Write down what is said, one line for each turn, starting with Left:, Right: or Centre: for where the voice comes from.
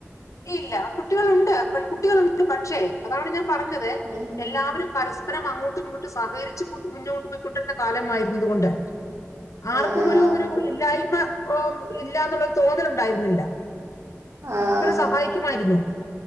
Left: ഇല്ല കുട്ടികളുണ്ട് കുട്ടികളുണ്ട് പക്ഷെ അതാണ് ഞാൻ പറഞ്ഞത്
Right: ഉം
Left: എല്ലാവരും പരസ അപ്പരം അങ്ങോട്ടും ഇങ്ങോട്ടും സഹകരിച്ച് മുന്നോട്ട് പോയിക്കൊണ്ടിരുന്ന കാലമായിരുന്നു ഇത് കൊണ്ട്
Right: ആഹ്
Left: ആർക്കും
Right: ആഹ്
Left: ഒരു ഒരു ഇല്ലായ്മ ഇല്ലന്നുള്ളരു തോന്നല ഉണ്ടായിരുന്നില്ല
Right: ആ
Left: സഹായിക്കുമായിരുന്നു